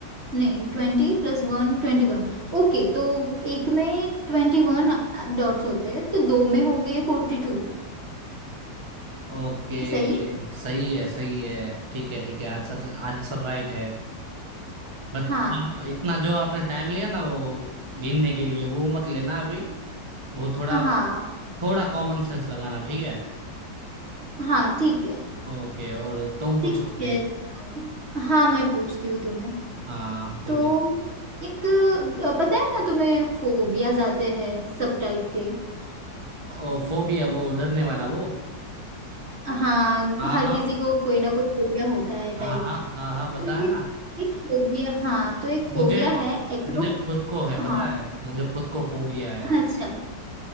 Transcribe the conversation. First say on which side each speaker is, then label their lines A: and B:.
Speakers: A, on the right (about 40°); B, on the right (about 20°).
A: नहीं ट्वेंटी प्लस वन ट्वेंटी वन ओके तो एक में ट्वेंटी वन डॉट्स होते हैं तो दो में हो गए फोर्टी टू
B: ओके
A: सही है?
B: सही है सही है ठीक है ठीक है आंसर आंसर राइट है बट
A: हाँ
B: इतना जो आपने टाइम लिया ना वो गिनने के लिए वो मत लेना अभी वो थोड़ा
A: हाँ
B: थोड़ा कॉमन सेंस लगाना ठीक है
A: हाँ ठीक है
B: ओके और तुम पूछो
A: ठीक
B: अभी
A: है तो हाँ मैं पूछती हूँ तुम्हें
B: हाँ जल्दी
A: तो एक अ, पता है ना तुम्हें फोबियाज आते हैं सब टाइप के
B: ओ फोबिया वो डरने वाला वो
A: हाँ
B: हाँ
A: हर
B: हाँ
A: किसी को कोई ना कोई फोबिया होता है टाइप
B: हाँ हाँ हाँ हाँ पता
A: तो एक
B: है ना
A: एक फोबिया हाँ तो एक फोबिया
B: मुझे
A: है एक्रो
B: मुझे खुद को है पता
A: हाँ
B: है मुझे खुद को फोबिया है
A: अच्छा